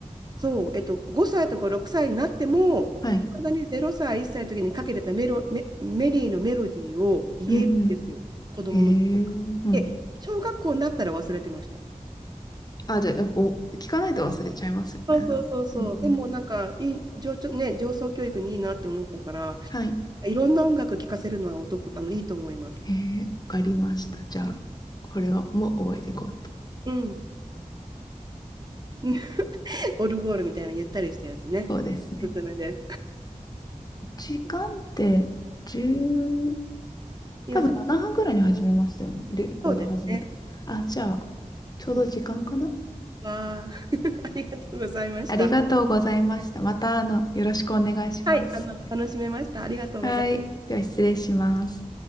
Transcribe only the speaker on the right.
そう、えっと、5歳とか6歳になっても、
いまだに0歳、1歳の時にかけてたメロ、メ、メリーのメロディーを言えるんですよ、
子供の。
で、小学校になったら忘れてました。
そうそうそうそう。
でもなんかいい、上、ちょね、上層教育にいいなって思ったから、
いろんな音楽聴かせるのはお得、あの、いいと思います。
うん。うん <laughs> オルゴールみたいなゆったりしたやつね。
おすすめです。
<laughs> 今さ、
そうですね。
うん、わあ、<laughs> ありがとうございました。
はい、あの、楽しめました。ありがとうございます。